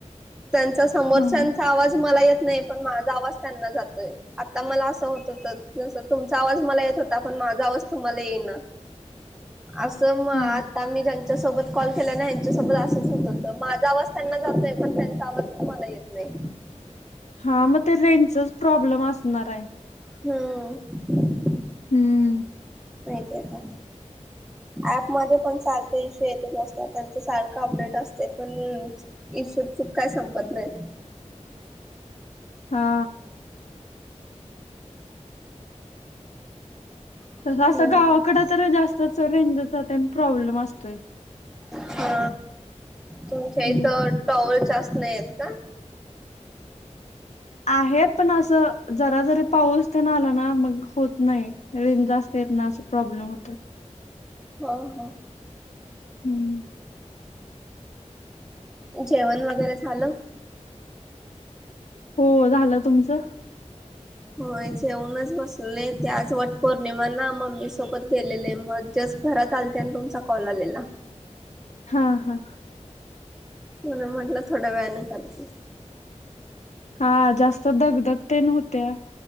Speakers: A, in the centre; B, on the left.
A: त्यांचा समोरच्याचा
B: हा हा
A: आवाज मला येत नाही पण माझा आवाज त्यांना जातोय आता मला असं होत होत जस तुमचा आवाज मला येत होत पण माझा आवाज तुम्हाला येईना असं आत्ता म आत्ता
B: हा
A: मी ज्यांच्या सोबत कॉल केलाय ना ह्यांच्यासोबत असंच होत होत माझा आवाज त्यांना जातोय पण त्यांचा आवाजच मला येत नाही
B: हा मग ते रेंजचाच प्रॉब्लेम असणार आहे
A: हम्म
B: हम्म
A: ते आता ऍप मध्ये पण सारखं इशू येतच असतात त्यांच सारखं अपडेट असतंय पण ईशूच काय संपत नाहीत
B: हा
A: नाहीत
B: तस असं गावाकडं तर जास्तच रेंजचा तेन प्रॉब्लेम असतोय
A: हा तुमच्या इथं
B: हम्म
A: टॉवर जास्त नाहीयेत का
B: आहेत पण असं जरा जरी पाऊस तेन आला ना मग होत नाही रेंज जास्त येत नाही अस प्रॉब्लेम होतोय
A: हा हा
B: हम्म
A: जेवण वगैरे झालं
B: हो झालं तुमचं
A: होय जेवूनच बसलोय ते आज वट पौर्णिमा ना मम्मी सोबत गेलेले मग घरात आलते आणि तुमचा कॉल आलेला
B: हा हा
A: म्हणून म्हटलं थोड्या वेळाने करते
B: हा जास्त दगदग तेन होत्या